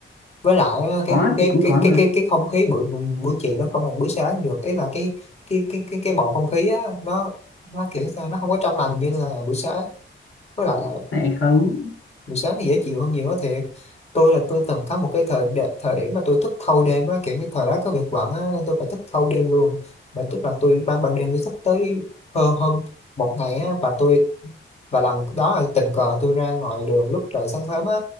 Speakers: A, on the left; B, on the left.
A: với lại á, cái
B: có
A: không cái
B: thì cũng
A: cái
B: có
A: cái
B: mà
A: cái cái không khí buổi buổi buổi chiều nó không bằng buổi sáng được ý là cái cái cái cái cái bầu không khí á nó nó kiểu sao nó không có trong lành như là buổi sáng với lại là
B: tại không
A: buổi sáng thì dễ chịu hơn nhiều á thiệt tôi là tôi từng có một cái thời đe- thời điểm mà tôi thức thâu đêm á kiểu như thời đó có việc bận á nên tôi phải thức thâu đêm luôn và tức là tôi ban ban đêm tôi thức tới hơn hơn một ngày á và tôi và lần đó là tình cờ tôi ra ngoài đường lúc trời sáng sớm á